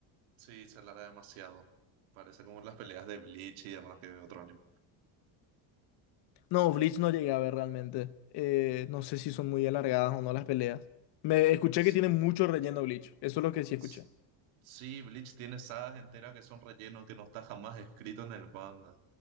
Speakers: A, on the right (about 75°); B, on the left (about 55°).
A: Sí, se alarga demasiado. Parece como las peleas de Bleach y demás que de otro anime.
B: No, Bleach no llegué a ver realmente. Eh, no sé si son muy alargadas o no las peleas. Me escuché
A: Sí,
B: que tiene mucho relleno Bleach. Eso es lo que sí
A: s-
B: escuché.
A: sí, Bleach tiene sagas enteras que son relleno, que no está jamás escrito en el manga.